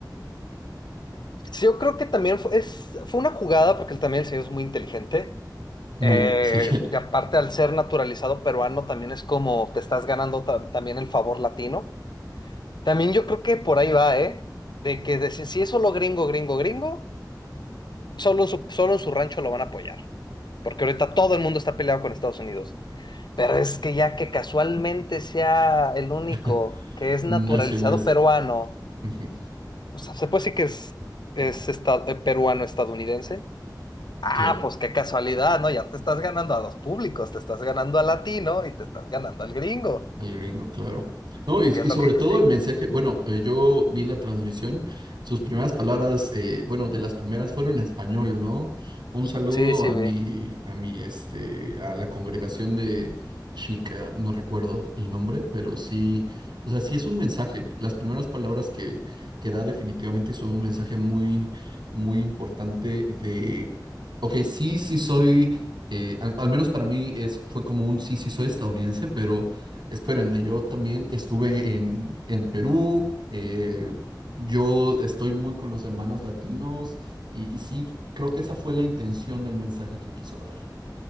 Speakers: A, on the left; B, on the right.
A: Sí, Yo creo que también fue, es, fue una jugada porque él también el señor es muy inteligente.
B: Muy,
A: Eh,
B: sí,
A: y aparte al ser naturalizado peruano también es como te estás ganando ta- también el favor latino. También yo creo que por ahí va, ¿eh? De que de- si si es solo gringo, gringo, gringo, solo en su, solo en su rancho lo van a apoyar. Porque ahorita todo el mundo está peleado con Estados Unidos. Pero es que ya que casualmente sea el único
B: <laughs>
A: que es
B: nacionalismo.
A: naturalizado peruano,
B: Ujú,
A: o sea, se puede decir que es, es esta- eh, peruano-estadounidense. Ah,
B: Claro.
A: pues qué casualidad, ¿no? Ya te estás ganando a dos públicos, te estás ganando al latino y te estás ganando al gringo.
B: Al gringo, claro. No,
A: ¿Y
B: y, y
A: qué es lo
B: sobre
A: que...
B: todo
A: Sí,
B: el mensaje, bueno, eh, yo vi la transmisión, sus primeras palabras, eh, bueno, de las primeras fueron en español, ¿no? Un saludo
A: sí, sí.
B: a
A: Sí,
B: mi, a mi, este, a la congregación de chica, no recuerdo el nombre, pero sí, o sea, sí es un mensaje. Las primeras palabras que, que da definitivamente son un mensaje muy, muy importante de, ok, sí, sí soy, eh, al, al menos para mí es, fue como un sí, sí soy estadounidense, pero Espérenme, yo también estuve en, en Perú, eh, yo estoy muy con los hermanos latinos y, y sí, creo que esa fue la intención del mensaje que quiso dar.